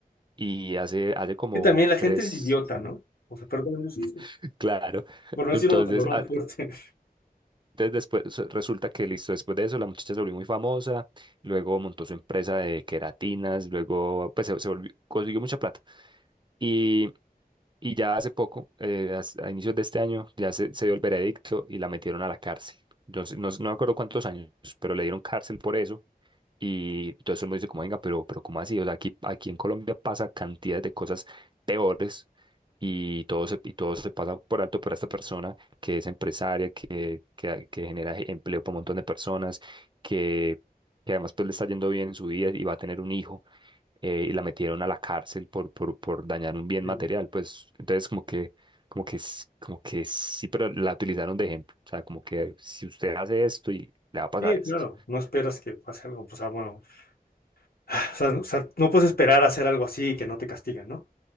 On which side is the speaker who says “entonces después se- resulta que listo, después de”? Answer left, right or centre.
Right